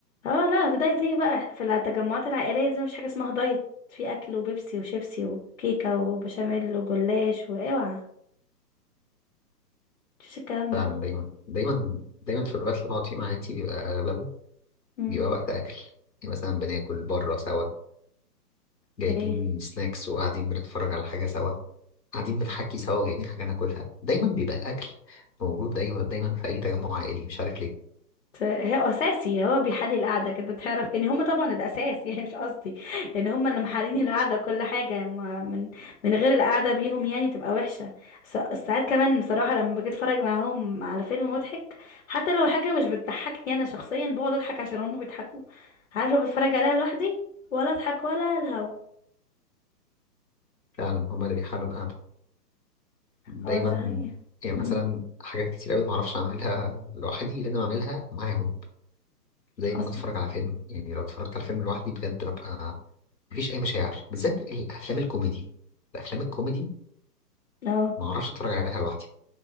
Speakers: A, on the left; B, on the left.
A: اه لا في دايت ايه بقى احنا في التجمعات العائلية دي مفيش حاجة اسمها دايت في اكل وبيبسي وشيبسي وكيكة وبشاميل وجلاش واوعى مفيش الكلام ده
B: فعلا دايما دايما دايما في الوقت اللي بقعد فيه مع عائلتي بيبقى اغلبه
A: امم
B: بيبقى وقت اكل يعني مثلا بناكل بره سوا
A: اوكي
B: جايبين سناكس وقاعدين بنتفرج على حاجة سوا قاعدين بنحكي سوا وجايبين حاجة ناكلها دايما بيبقى الاكل موجود دايما دايما في اي تجمع عائلي مش عارف ليه
A: هو اساسي هو بيحلي القعده كده تعرف يعني هم طبعا الاساس <laughs> يعني مش قصدي يعني هم اللي محلين القعده كل حاجه يعني، ما- من من غير القعده بيهم يعني تبقى وحشه سا- ساعات كمان بصراحه لما باجي اتفرج معاهم على فيلم مضحك حتى لو حاجه مش بتضحكني انا شخصيا بقعد اضحك عشان هم بيضحكوا عارفه بتفرج عليها لوحدي ولا اضحك ولا الهوا
B: فعلا هما اللي بيحلوا القعدة دايما
A: اه ده حقيقي
B: يعني مثلا
A: امم
B: حاجات كتير أوي معرفش أعملها لوحدي لازم أعملها معاهم زي
A: حصل
B: إن أنا أتفرج على فيلم يعني لو اتفرجت على فيلم لوحدي بجد ببقى مفيش أي مشاعر بالذات الأفلام الكوميدي الأفلام الكوميدي
A: اه
B: معرفش أتفرج عليها لوحدي